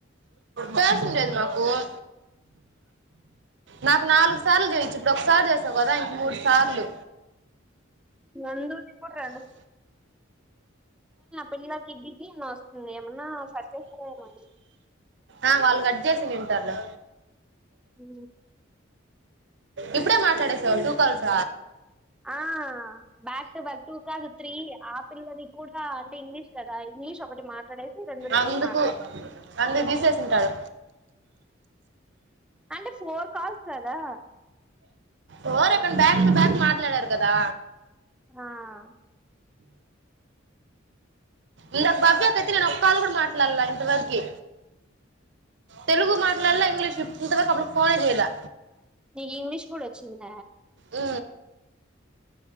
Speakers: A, on the right; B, in the centre.
A: పేర్స్ ఉండేది మాకు నాకు నాలుగు సార్లు చెయ్యొచ్చు ఇప్పుడు ఒకసారి చేసావు కదా ఇంకా మూడు సార్లు
B: నందు రిపోర్టరా
A: అ <inaudible>
B: పిల్లకి బిజీ అని వస్తుంది ఏమన్నా సెర్చ్ చేస్తారేమో
A: ఆ వాళ్ళు గట్ చేసింది తింటారులే
B: ఉ
A: ఇప్పుడే మాట్లాడేసావు టూ కాల్స
B: ఆ బ్యాక్ బ్యాక్ టూ కాదు త్రీ ఆ పిల్లని కూడా అంటే ఇంగ్లీష్ కదా ఇంగ్లీష్ ఒకటి మాట్లాడేసి రెండు తెలుగు
A: అందుకు
B: మాట్లాడినాం
A: అందుకు తీసేసి ఉంటాడు
B: అంటే ఫోర్ కాల్స్ కదా
A: ఎవరక్కడ బ్యాక్ టు బ్యాక్ మాట్లాడారు కదా
B: ఆ
A: ఇందాక భవ్యాకయితే నేను ఒక కాలు కూడా మాట్లాడలా ఇంతవరకి తెలుగు మాట్ ఇంగ్లీష్ ఇంతవరకు అసలు ఫోనే చేయాలా
B: నీకు ఇంగ్లీష్ కూడా వచ్చింద
A: ఉ